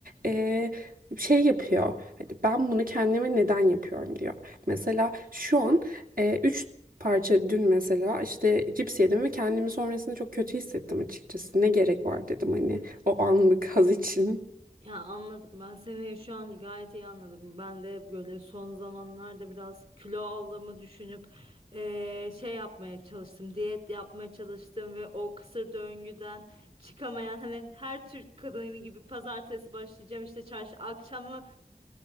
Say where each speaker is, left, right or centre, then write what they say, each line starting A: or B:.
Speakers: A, on the right; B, on the right.
A: E, şey yapıyor. Hani ben bunu kendime neden yapıyorum diyor. Mesela şu an e, üç parça dün mesela işte cips yedim ve kendimi sonrasında çok kötü hissettim açıkçası. Ne gerek var dedim hani o anlık haz için.
B: Ya anladım ben seni şu an gayet iyi anladım. Ben de böyle son zamanlarda biraz kilo aldığımı düşünüp eee, şey yapmaya çalıştım. Diyet yapmaya çalıştım ve o kısır döngüden çıkamayan hani her Türk kadını gibi pazartesi başlayacağım işte çarşı akşamı